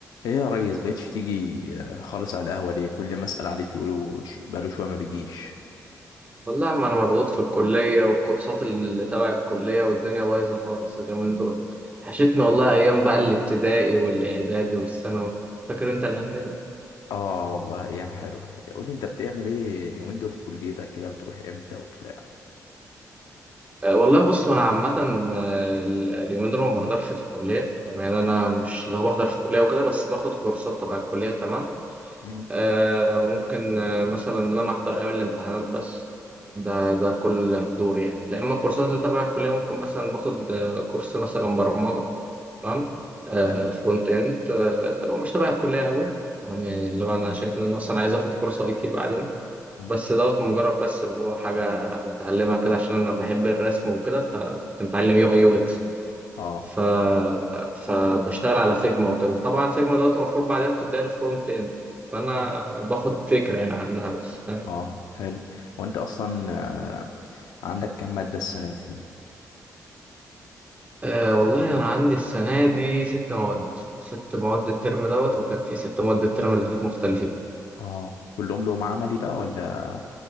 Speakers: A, on the left; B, on the right.
A: ايه يا ريس بقيتش تيجي آه، خالص على القهوة ليه كل ما اسأل عليك يقولوا ش- بقاله شوية ما بيجيش
B: والله ما انا مضغوط في الكليه والكورسات اللي تبع الكليه والدنيا بايظه خالص اليومين دول وحشتني والله ايام بقى الابتدائي والاعدادي والثانوي فاكر انت الايام دي
A: اه والله ايام حلوة قولي انت بتعمل ايه اليومين دول في كليتك كده بتروح امتى وبتاع
B: أه والله بص وانا عامه آه، ال- اليومين دول ما بحضرش في الكليه طبعا يعني انا مش اللي هو بحضر في الكليه وكده بس باخد كورسات تبع الكليه تمام
A: مم.
B: أه ممكن آه، مثلا ان انا احضر ايام الامتحانات بس ده ده كل حضور يعني لا اما الكورسات اللي تبع الكليه ممكن مثلا باخد آه، كورس مثلا برمجه تمام آه
A: ايوه
B: فرونت اند آه هو مش تبع الكليه قوي تمام يعني اللي هو انا شايف ان انا اصلا عايز اخد كورس اي تي بعدين
A: مم.
B: بس دوت مجرد بس اللي هو حاجه بتعلمها كده عشان انا بحب الرسم وكده فكنت متعلم يو اي يو اكس
A: اه
B: ف فبشتغل على فيجما وكده طبعا فيجما دوت المفروض بعدها بتديها الفرونت اند فانا باخد فكره يعني عنها بس فاهم؟
A: اه حلو وانت اصلا آه، عندك كام مادة السنة دي
B: أه والله انا عندي السنه دي ست مواد ست مواد الترم دوت وكان في ست مواد الترم اللي فات مختلفين
A: اه كلهم لهم عملي بقى ولا